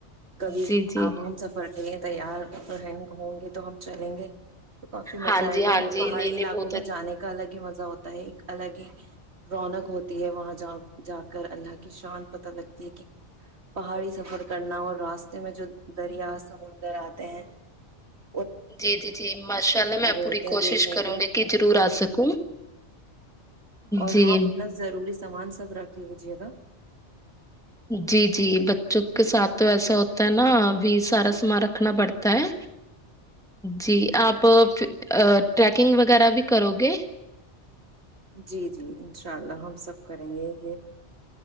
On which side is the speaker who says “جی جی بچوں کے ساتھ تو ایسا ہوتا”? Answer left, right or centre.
Centre